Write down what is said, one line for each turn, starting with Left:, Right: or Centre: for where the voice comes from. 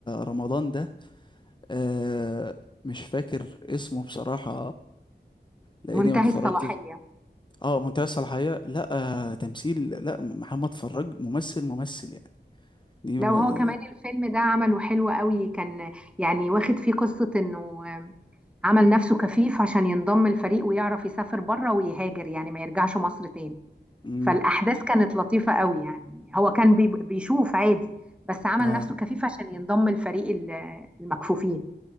Left: رمضان ده آه مش فاكر اسمه بصراحة لأني
Centre: منتهي
Left: ما اتفرجتش
Centre: الصلاحية
Left: اه منتهى الصلاحية لا آه تمثيل لا محمد فراج ممثل ممثل يعني دي
Centre: لو
Left: ما-
Centre: هو كمان الفيلم ده عمله حلو قوي كان يعني واخد فيه قصة انه آه، عمل نفسه كفيف عشان ينضم الفريق ويعرف يسافر بره ويهاجر يعني ما يرجعش مصر تاني
Left: مم،
Centre: فالأحداث كانت لطيفة قوي يعني هو كان بي- بيشوف عادي بس عمل
Left: اه
Centre: نفسه كفيف عشان ينضم الفريق ال- المكفوفين